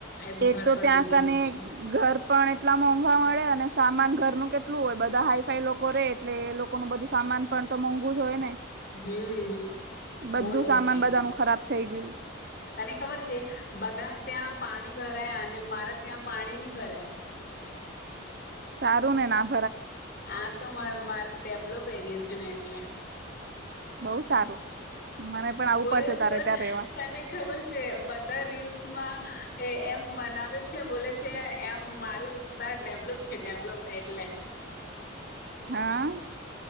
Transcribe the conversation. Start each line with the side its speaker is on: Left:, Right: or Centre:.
Left: એમ
Right: એક
Left: ઘર
Right: તો
Left: પર
Right: ત્યાં
Left: ડૂબી
Right: કને
Left: ગયું છે.
Right: ઘર પણ એટલા મોંઘા મળે અને સામાન ઘરનું કેટલું હોય બધા હાઈ ફાઈ લોકો રે એટલે એ લોકો કો નું બધું સામાન પણ તો મોંઘુ જ હોય ને.
Left: હમ બહુ
Right: બધું
Left: લોસ
Right: સામાન
Left: થયું
Right: બધા
Left: હતું
Right: નુ ખરાબ થઇ ગીયું.
Left: તને ખબર છે. બધા ત્યાં પાણી ભરાયા અને મારા ત્યાં પાણી ની ભરાયા.
Right: સારું ને નામ
Left: આ તો માર મારે ડેવલોપ એરિયો છે ને એટલે.
Right: બહુ સારું. મને પણ આવું
Left: બસ
Right: પડશે તારે ત્યાં રેવા
Left: તને ખબર. છે. બધા રીલ્સમાં એ એમ બનાવે છે, બોલે છે એમ મારું પણ ડેવલોપ છે ડેવલોપ એટલે.
Right: હા.